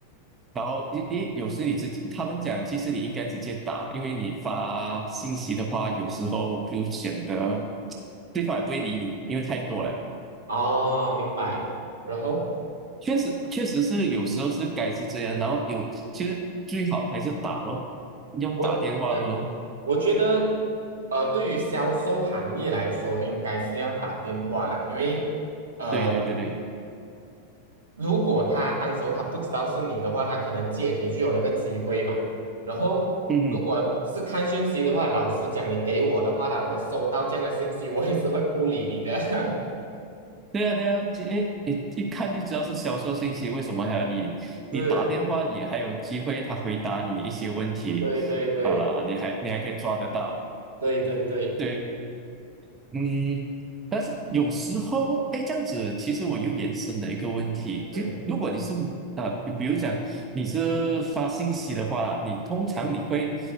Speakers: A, on the right; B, on the right.
A: 然后因因有时你自己，他们讲其实你应该直接打，因为你发信息的话，有时候就显得对方也不会理你，因为太多了。
B: 哦，明白。然后。
A: 确实，确实是有时候是该是这样，然后有其实最好还是打咯，用打电话的咯。
B: 我嗯，我觉得呃，对于销售行业来说，应该是要打电话啦，因为呃，
A: 对对对对，
B: 如果他当时候他不知道是你的话，他可能借你就有那个机会嘛。然后如果是看讯息的话，
A: 嗯，嗯
B: 老实讲，你给我的话啦，我收到这样的信息，我也是会不理你的。<laughs>
A: 对啊对啊，这诶你一看就知道是销售信息，为什么还要理你打电话，
B: 是，
A: 你还有机会他回答你一些问题，
B: 对对对
A: 啊、你还你还可以抓得到。
B: 对对对，
A: 对。嗯，但是有时候，哎，这样子，其实我又延伸了一个问题，
B: 嗯，
A: 就如果你是啊、比比如讲你是发信息的话，你通常你会